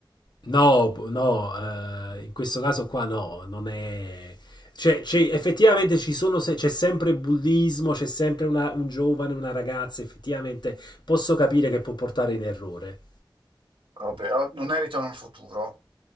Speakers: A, on the left; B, on the right.
A: No, no, eh, in questo caso qua no, non è... Cioè, c'è- effettivamente ci sono se- c'è sempre bullismo, c'è sempre una- un giovane, una ragazza, effettivamente posso capire che può portare in errore.
B: Vabbè, oh, non è Ritorno al futuro.